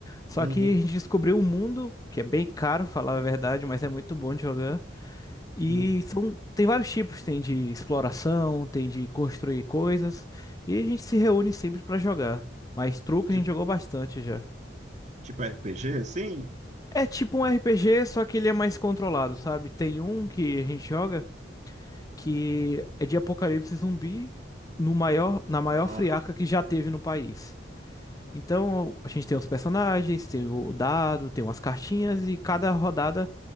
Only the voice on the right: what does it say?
Uhum.
Hum.
Tipo,
tipo RPG, assim?
Ó.